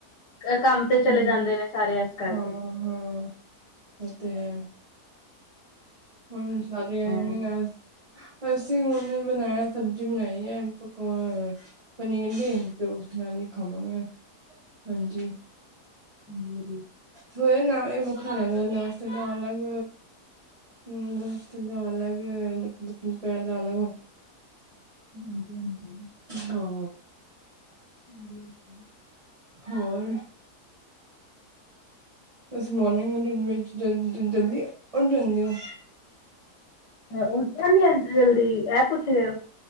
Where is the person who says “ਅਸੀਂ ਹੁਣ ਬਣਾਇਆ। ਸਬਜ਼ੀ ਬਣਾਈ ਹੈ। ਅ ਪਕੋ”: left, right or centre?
Right